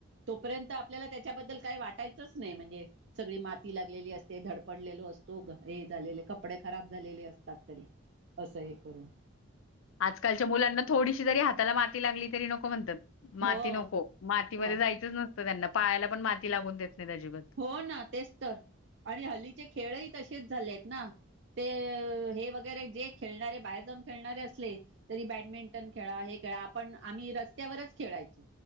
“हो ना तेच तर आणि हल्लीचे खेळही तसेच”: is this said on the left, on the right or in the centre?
Right